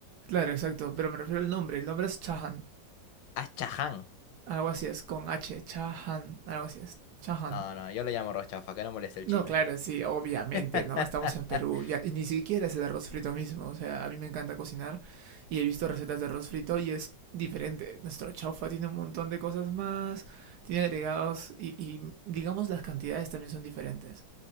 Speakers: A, on the right (about 70°); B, on the left (about 80°).
A: claro, exacto. Pero me refiero al nombre. El nombre es chahan.
B: Ah, chaján.
A: Algo así es, con H, chahan, algo así es, chahan.
B: No, no, yo le llamo arroz chaufa, que no moleste el
A: No,
B: chino.
A: claro, sí, obviamente,
B: <laughs>
A: ¿no? Estamos en Perú, ya, y ni siquiera es el arroz frito mismo, o sea, a mí me encanta cocinar y he visto recetas de arroz frito y es diferente. Nuestro chaufa tiene un montón de cosas más, tiene agregados y, y digamos las cantidades también son diferentes.